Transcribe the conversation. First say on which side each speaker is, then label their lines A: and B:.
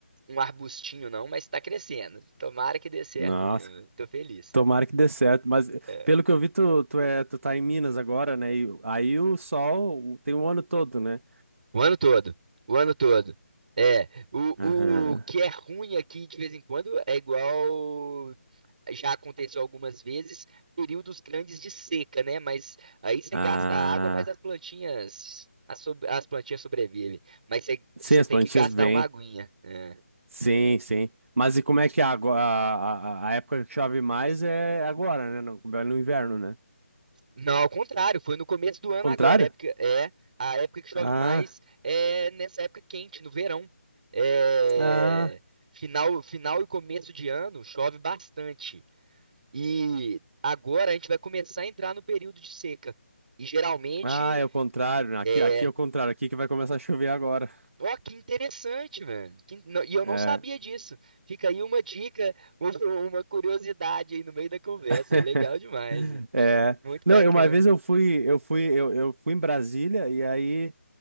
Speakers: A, on the right (about 35°); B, on the right (about 60°).
A: um arbustinho não, mas tá crescendo. Tomara que dê certo
B: Nossa,
A: mesmo. velho. Tô feliz.
B: tomara que dê certo. Mas eh,
A: É.
B: pelo que eu vi, tu, tu, é, tu tá em Minas agora, né? E aí o sol tem um ano todo, né?
A: O ano todo. O ano todo. É, o,
B: Aham.
A: o que é ruim aqui de vez em quando é igual já aconteceu algumas vezes, períodos grandes de seca, né? Mas aí você
B: Ah,
A: gasta água, mas as plantinhas as, sob- as plantinhas sobrevivem. Mas você,
B: sim,
A: você
B: as
A: tem
B: plantinhas
A: que gastar
B: vêm.
A: uma aguinha. É.
B: Sim, sim. Mas e como é que é agora? A, a, a época que chove mais é agora, né? No, é no inverno, né?
A: Não, ao contrário, foi no começo do ano
B: Contrário?
A: agora, época, é a época que chove
B: Ah,
A: mais é nessa época quente, no verão. É,
B: ah,
A: final, final e começo de ano chove bastante. E agora a gente vai começar a entrar no período de seca. E geralmente
B: ah, é o contrário. né? Aqui,
A: é.
B: aqui é o contrário. Aqui que vai começar a chover agora.
A: Ó, que interessante, mano. Que- não- e eu
B: É.
A: não sabia disso. Fica aí uma dica, <laughs> um- uma curiosidade aí no meio da conversa.
B: <laughs>
A: Legal demais.
B: É.
A: Muito
B: Não,
A: bacana.
B: eu- uma vez eu fui, eu fui, eu, eu fui em Brasília e aí